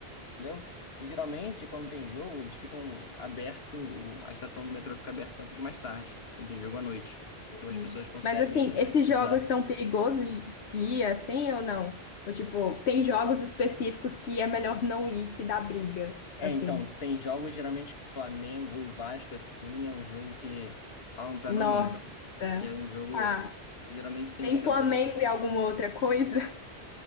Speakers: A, on the left; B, on the left.
A: Entendeu? E geralmente, quando tem jogo, eles ficam aberto, o- a estação do metrô fica aberta um pouquinho mais tarde, quando tem jogo à noite. Então as
B: Hum.
A: pessoas conseguem
B: Mas assim, esses
A: usar.
B: jogos são perigosos dia, assim ou não? Ou tipo, tem jogos específicos que é melhor não ir, que dá briga,
A: É,
B: assim.
A: então, tem jogos geralmente Flamengo e Vasco, assim, é um jogo que falam pra
B: Nossa.
A: não ir, que é um jogo
B: Tá.
A: que geralmente tem
B: Tem
A: muita
B: Flamengo
A: briga, assim.
B: e alguma
A: né?
B: outra coisa? <laughs>